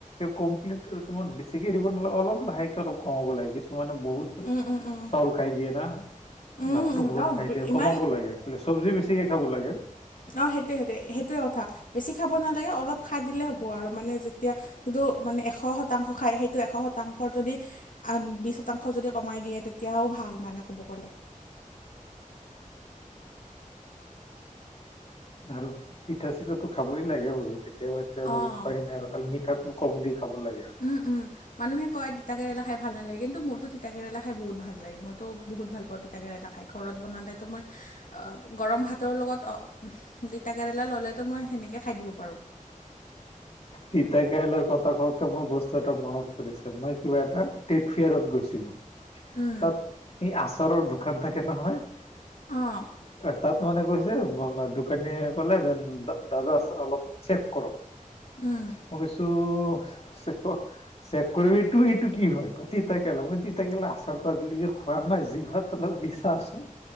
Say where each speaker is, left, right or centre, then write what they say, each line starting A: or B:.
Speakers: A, on the left; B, on the left.
A: কমপ্লিট তোমাৰ বেছিকে এৰি দিব নালাগে, অলপ লাহেকে অলপ কমাব লাগে। পিছত ত' মানে বহুত
B: উম উম উম
A: চাউল খাই দিয়ে না।
B: উম
A: ভাতো বহুত
B: ন
A: খাই দিয়ে
B: ইমান
A: কমাব লাগে, একচুৱেলি চব্জি বেছিকে খাব লাগে।
B: অহ, সেইটোৱে সেইটোৱে সেইটোৱে কথা। বেছি খাব নালাগে, অলপ খাই দিলে হ'ব আৰু মানে যেতিয়া যিটো মানে এশ শতাংশ খায়, সেইটো এশ শতাংশৰ যদি আন বিশ শতাংশ যদি কমাই দিয়ে তেতিয়াও ভাল মানে ক'ব গ'লে।
A: আৰু পিঠা-চিঠাটো খাবই নালাগে বাৰু, কেতিয়াবা এতিয়া
B: অঁ
A: আৰু উপায় নাই আৰু। আৰু মিঠাটো কম দি খাব লাগে আৰু।
B: উম, উম। মানুহে কয় তিতাকেৰেলা খায় ভাল নালাগে, কিন্তু মোৰতো তিতা কেৰেলা খাই বহুত ভাল লাগে। মইতো বহুত ভাল পাওঁ তিতা কেৰেলা খাই। ঘৰত বনালেতো মই অহ, গৰম ভাতৰ লগত অ' তিতা কেৰেলা ল'লেতো মই সেনেকে খাই দিব পাৰোঁ।
A: তিতা কেৰেলাৰ কথা কওঁতে মোৰ বস্তু এটা মনত পৰিছে, মই কিবা এটা ট্ৰেডফেয়াৰত গৈছিলোঁ।
B: উম
A: তাত এই আচাৰৰ দোকান থাকে নহয়।
B: অ'।
A: এ তাত মানে কৈছে ম' ম' দোকানীয়ে ক'লে যেন দা দাদা চ অলপ চেক কৰক'।
B: উম।
A: মই কৈছোঁ চা চে হ' চেক কৰিবি এইটো এইটো কি হয়। কয় তিতা কেৰেলা, মই তিতা কেৰেলা আচাৰটো আজি লৈকে শু না নাই, জিভাত অলপ দি চাওচোন,